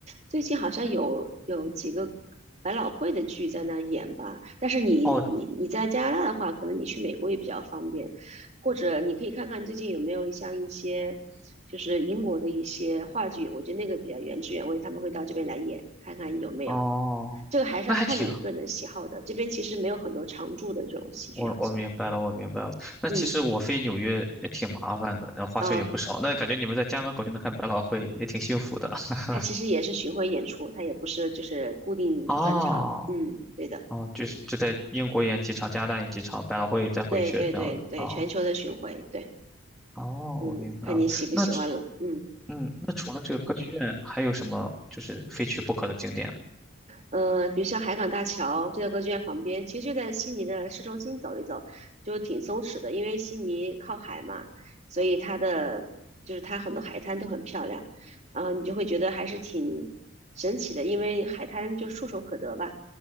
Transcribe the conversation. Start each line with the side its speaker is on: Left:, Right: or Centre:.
Right: 最近好像有有几个百老汇的剧在那儿演吧，但是你你你在加拿大的话，
Centre: 哦
Right: 可能你去美国也比较方便，或者你可以看看最近有没有像一些就是英国的一些话剧，我觉得那个比较原汁原味，他们会到这边来演，看看有没有。
Centre: 哦，
Right: 这个还是要看你个人的喜好的，
Centre: 那还挺，
Right: 这边其实没有很多常驻的这种戏剧，
Centre: 我我明白了，
Right: 好像。
Centre: 我明白了。那其实我飞纽约也挺麻烦的，
Right: 嗯
Centre: 然后花销也不少。
Right: 啊，
Centre: 那感觉你们在家门口就能看百老汇，也挺幸福的。<laughs>
Right: 它其实也是巡回演出，它也不是就是固定专场。
Centre: 哦
Right: 嗯，对的。
Centre: 哦，就是就在英国演几场，加拿大演几场，百老汇再回去这样的。
Right: 对对对对，
Centre: 哦
Right: 全球的巡回，对，
Centre: 哦，
Right: 嗯，
Centre: 我明白了。
Right: 看你喜不喜欢了，
Centre: 那
Right: 嗯。
Centre: 嗯，那除了这个歌剧院，还有什么就是非去不可的景点呢？
Right: 嗯、呃比如像海港大桥就在歌剧院旁边，其实就在悉尼的市中心走一走，就挺松弛的，因为悉尼靠海嘛，所以它的就是它很多海滩都很漂亮，然后你就会觉得还是挺神奇的，因为海滩就触手可得吧。